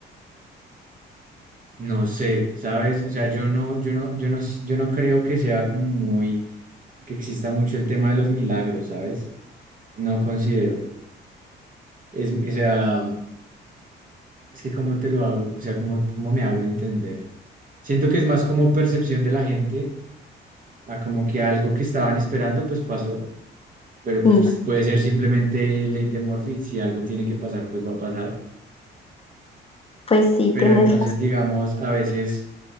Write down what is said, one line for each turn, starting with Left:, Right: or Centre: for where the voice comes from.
Right: No sé, ¿sabes? O sea, yo no, yo no, yo no, s- yo no creo que sea como muy, que exista mucho el tema de los milagros, ¿sabes? No considero. Es, o sea, Es que cómo te lo hago, o sea, cómo, cómo me hago entender. Siento que es más como percepción de la gente a como que algo que estaban esperando pues pasó, pero pues
Left: Sí,
Right: puede ser simplemente ley de Murphy, si algo tiene que pasar pues va a pasar.
Left: pues sí,
Right: Pero
Left: tienes
Right: entonces
Left: razón.
Right: digamos, a veces,